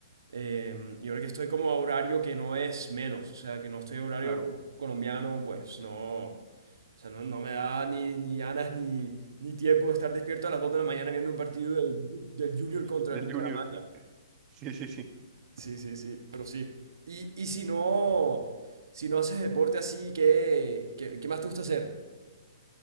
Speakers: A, on the right; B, on the right.
A: Eh, y ahora que estoy como a horario que no es menos, o sea, que no estoy a horario
B: Claro,
A: colombiano, pues no. O sea, no, no me da ni, ni ganas ni, ni tiempo de estar despierto a las 2 de la mañana viendo un partido del, del Junior
B: <laughs>
A: contra
B: del
A: el Bucaramanga.
B: Junior. Sí, sí, sí.
A: Sí, sí, sí, pero sí. Y, y si no, si no haces deporte así, ¿qué, qué, qué más te gusta hacer?